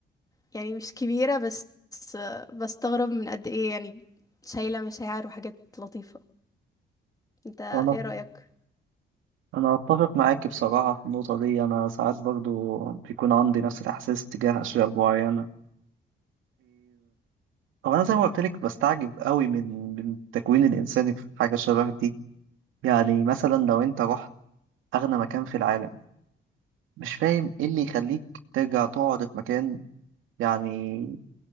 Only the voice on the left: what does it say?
يعني مش كبيرة بس آه، بستغرب من قد إيه يعني شايلة مشاعر وحاجات لطيفة انت ايه
رأيك؟